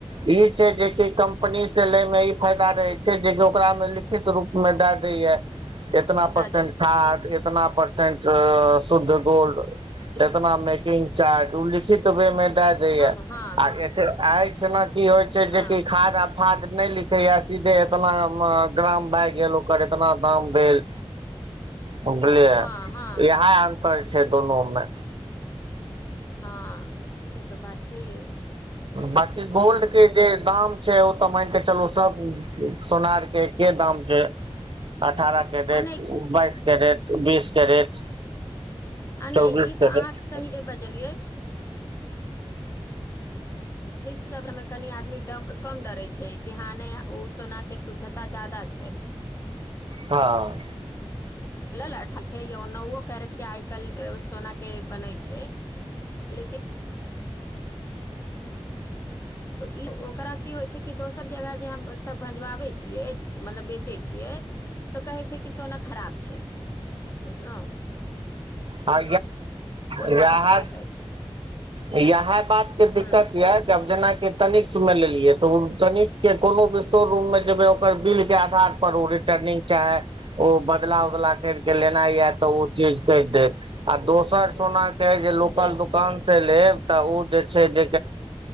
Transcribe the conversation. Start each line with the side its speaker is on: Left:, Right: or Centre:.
Right: ई छै जेकि कम्पनी से ले मे ई फायदा रहै छै जेकि ओकरा मे लिखित रूप मे दए दैय केतना परसेंट
Left: दऽ दै
Right: खाद इतना परसेंट शुद्ध गोल्ड, इतना मेकिंग चार्ज ओ लिखित वे मे द दैय
Left: हँ हँ
Right: आखी ज आइ छल न की होइ छै
Left: हँ
Right: जेकि खाद आब खाद नहि लिखैए, सीधे एतना ग्राम भए गेल ओकर एतना दाम भेल। बझलियै
Left: हँ हँ
Right: इहाँ छै दोनो मे
Left: हँ, से तऽ बात छैहे
Right: बकी गोल्ड
Left: हँ
Right: के जे दाम छै ओ तऽ मानिक चलू सब सोनार के एके दाम छै। अठारह कैरेट,
Left: आ नहि
Right: बाइस कैरेट। बीस कैरेट।
Left: आ
Right: चौबीस
Left: नहि ई
Right: कैरेट
Left: तऽ अहाँ सही बजलियै। निक श्रमे कनि आदमी डम कम डरै छै कि हँ नहि ओ सोनाके शुद्धता जा्यदा छै।
Right: हँ।
Left: छैय नवो कैरेट के आइ काल्हि सोना के बनै छै लेकिन ई ओकरा की होइ छै कि दोसर जगह जे हमसभ भजवाबै छियै मतलब बेचै छियै तऽ कहै छै कि सोना खराब छै। बुझलो
Right: आ
Left: ओते
Right: यहह
Left: जाकऽ
Right: इएह बात के
Left: ह
Right: दिक्कत यऽब जेनाकि तनििकक मे लेलियै, त उ तनििकक के कोनो भी स्टोर रूम मे जेबे ओकर बिल के आधार पर ओ रिटर्निंग चाहे ओ बदला उदला कर के लेना य तऽ ओ चीज कर देत। आ दोसर सोना जे लोकल
Left: देत
Right: दुकान ल जे